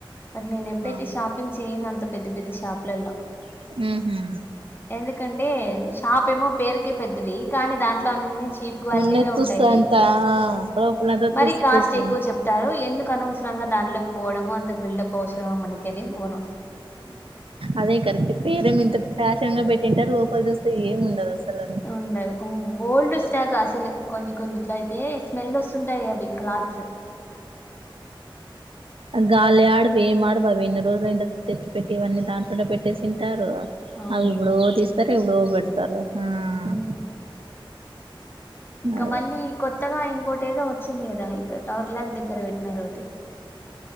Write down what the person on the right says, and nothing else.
ఆ
ఉహ
ఉన్నది తుస్సు
అంతా లోపలంతా
తుస్సు
తుస్సు
అదే కరెక్ట్ పేరమో ఇంత ఫ్యాషన్ గా పెట్టింటారు లోపల చూస్తే ఏమి ఉండదు అసలు
గాలి ఆడవు ఏం ఆడవు అవి ఎన్ని రోజులు అయి ఉంటది తెచ్చి పెట్టి ఇవన్నీ దాంట్లోనే పెట్టేసి తింటారు
అవి ఎప్పుడో తీస్తారు ఎప్పుడో పెడతారు ఆ
అదే